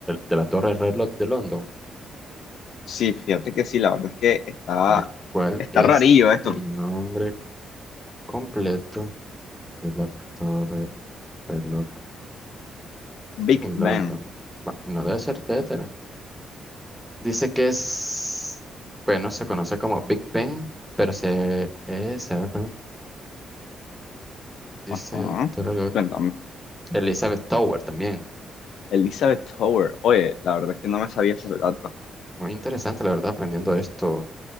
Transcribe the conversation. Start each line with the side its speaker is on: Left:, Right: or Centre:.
Centre: de la Torre del Reloj de London.
Left: Sí, fíjate que sí, la verdad es que está,
Centre: Bueno, ¿cuál
Left: está
Centre: es
Left: rarillo esto,
Centre: el nombre completo de la Torre del Reloj
Left: Big
Centre: en
Left: Ben.
Centre: London? Bueno, no debe ser, debe tener. Dice que es, bueno, se conoce como Big Ben, pero se, eh, se llama, perdón, dice
Left: Ajá.
Centre: Torre del Reloj,
Left: Cuéntame.
Centre: Elizabeth Tower también.
Left: Elizabeth Tower. Oye, la verdad es que no me sabía ese dato.
Centre: Muy interesante, la verdad, aprendiendo esto.